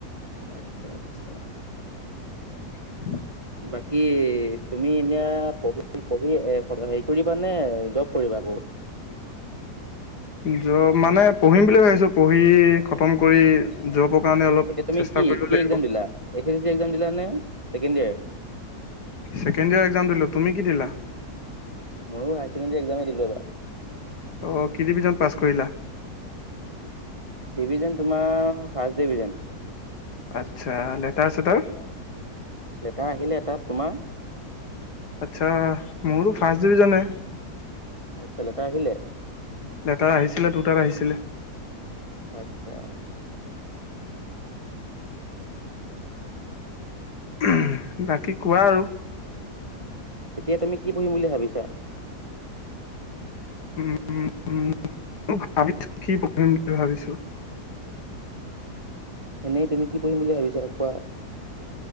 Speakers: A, on the right (about 25°); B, on the left (about 80°).
A: আচ্ছা আচ্ছা।
B: <inaudible>
A: বাকী তুমি এতিয়া পঢ়ি পঢ়ি <unintelligible> হেৰি কৰিবা নে জব কৰিবা আকৌ?
B: জব মানে পঢ়িম বুলিয়ে ভাবিছো, পঢ়ি খতম কৰি জবৰ কাৰণে অলপ
A: এতিয়া তুমি
B: চেষ্টা
A: কি
B: কৰিব
A: কি
B: লাগিব
A: একজাম দিলা H S L C exam দিলা নে second year?
B: Second year exam দিলো, তুমি কি দিলা?
A: মইও হাই চেকেণ্ডেৰী একজামে দিলো এবাৰ।
B: অ কি ডিভিজন পাছ কৰিলা?
A: ডিভিজন তোমাৰ ফাৰ্ষ্ট ডিভিজন।
B: আচ্ছা, লেতাৰ - ছেতাৰ?
A: লেটাৰ আহিলে এটা, তোমাৰ?
B: আচ্ছা, মোৰো ফাৰ্ষ্ট ডিভিজনে।
A: আচ্ছা, লেটাৰ আহিলে?
B: লেটাৰ আহিছিলে দুটাৰ আহিছিলে।
A: আচ্ছা।
B: উহ, বাকী কোৱা আৰু?
A: এতিয়া তুমি কি পঢ়িম বুলি ভাবিছা?
B: উম উম <unintelligible> ভাবিছো কি পঢ়িম বুলি ভাবিছো?
A: এনেই তুমি কি পঢ়িম বুলি ভাবিছা কোৱা?